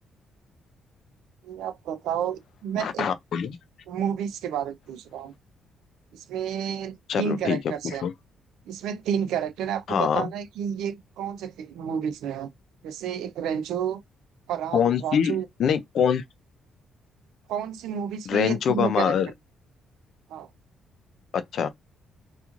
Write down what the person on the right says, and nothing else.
ये आप बताओ मैं एक
मूवीज के बारे में पूछ रहा हूँ इसमें
तीन कैरेक्टर्स
हैं इसमें तीन कैरेक्टर हैं आपको
बताना है कि ये कौन से मूवीज में है जैसे एक रेंचो फरहान
राजू
कौन सी मूवीज में
ये तीनों
कैरेक्टर हाँ